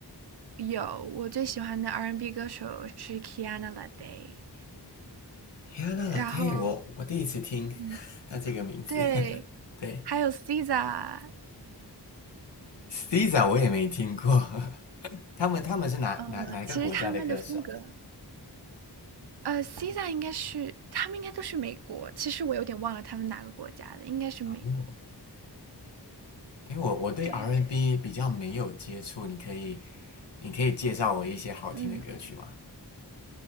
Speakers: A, on the right; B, on the left.
A: 有我最喜欢的 R&B n 歌手是 Kiana l a d a y
B: ？Rihanna l
A: 然后，
B: a 我我第一次听
A: 嗯，
B: <laughs> 他这个名字。
A: 对，
B: <laughs> 对
A: 还有 SZA，
B: s t i z a 我也没听过。<laughs> 他们他们是哪哪哪一个国家的歌手？
A: 呃其实他们的风格，呃，SZA 应该是他们应该都是美国，其实我有点忘了他们哪个国家的，应该是美国。
B: 好嗯，因为我我对
A: 对，
B: R&B N 比较没有接触，你可以你可以介绍我一些好听的歌曲吗
A: 嗯，